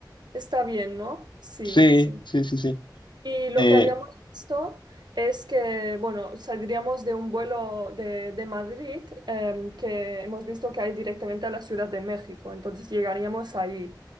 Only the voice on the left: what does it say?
Sí,
sí, sí, sí.
Eh,